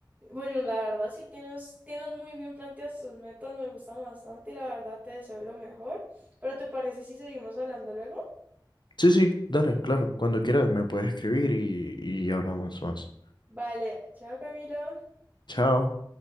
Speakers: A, on the right; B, on the left.
A: bueno, la verdad sí tienes, tienes muy bien planteadas tus metas, me gustan bastante y la verdad te deseo lo mejor, pero ¿te parece si seguimos hablando luego?
B: Sí, sí, dale, claro. Cuando quieras me puedes escribir y, y hablamos más.
A: Vale, chao Camilo.
B: Chao.